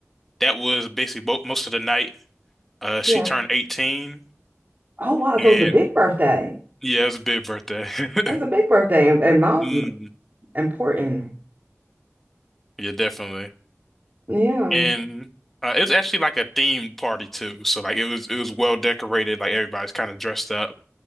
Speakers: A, in the centre; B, on the right.
A: that was basically bo most of the night. Uh, she
B: yeah.
A: turned 18
B: Oh wow,
A: and
B: so it's a big birthday.
A: yeah, it was a big birthday.
B: That's a
A: <laughs>
B: big birthday and, and mine
A: Mm,
B: important.
A: yeah, definitely.
B: Yeah,
A: and uh, it was actually like a themed party too. So like it was it was well decorated. Like everybody's kind of dressed up,